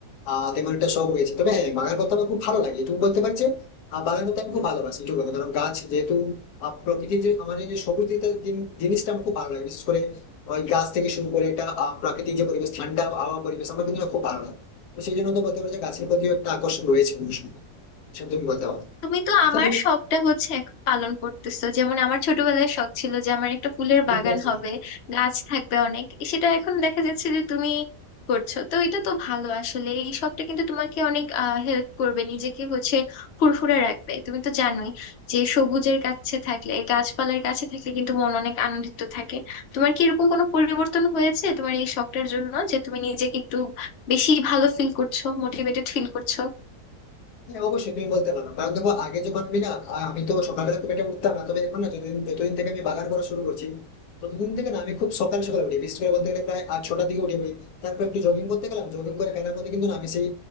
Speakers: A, on the left (about 75°); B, on the left (about 55°).
A: আহ তেমন একটা শখ রয়েছে তবে হ্যাঁ বাগান করতে আমার খুব ভালো লাগে এটুকু বলতে পারছি আহ, বাগান করতে আমি খুব ভালোবাসি এটুকু কথা কারণ গাছ যেহেতু আহ, প্রকৃতির যে আমার এই যে সবুজ দিকটা জিন- জিনিসটা আমার খুব ভালো লাগে বিশেষ করে ওই গাছ থেকে শুরু করে এটা আহ, প্রাকৃতিক যে পরিবেশ ঠান্ডা আবহাওয়া পরিবেশ আমার কিন্তু খুব ভালো লাগে তো সেই জন্য তো বলতে পারো যে গাছর প্রতিও একটা আকর্ষণ রয়েছে অনুষ্ঠানটা সেটা তুমি বলতে পারো
B: তুমি তো
A: আচ্ছা
B: আমার
A: তুমি
B: শখটা হচ্ছে এখন পালন করতেছো যেমন আমার ছোটবেলায় শখ ছিল যে আমার একটা ফুলের
A: তুমি
B: বাগান
A: বলছিলে
B: হবে গাছ থাকবে অনেক সেটা এখন দেখা যাচ্ছে যে তুমি করছো তো এটা তো ভালো আসলে এই শখটা কিন্তু তোমাকে অনেক হেল্প করবে নিজেকে হচ্ছে ফুরফুরে রাখবে তুমি তো জানোই যে সবুজের কাছে থাকলে গাছপালার কাছে থাকলে কিন্তু মন অনেক আনন্দিত থাকে তোমার কি এরকম কোনো পরিবর্তন হয়েছে তোমার এই শখটার জন্য যে তুমি নিজেকে একটু বেশি ভালো ফিল করছো মোটিভেটেড ফিল করছো
A: হ্যাঁ অবশ্যই তুমি বলতে পারো কারণ দেখো আগে যখন আমি না আ- আমি তো সকালবেলা খুব একটা উঠতাম না তবে এখন না যতদিন যতদিন থেকে আমি বাগান করা শুরু করছি ততদিন থেকে না আমি খুব সকাল সকাল উঠি বিশেষ করে বলতে গেলে প্রায় আট ছটার দিকে উঠে পড়ি তারপর একটু জগিং করতে গেলাম জগিং করে ফেরার পথে কিন্তু না আমি সেই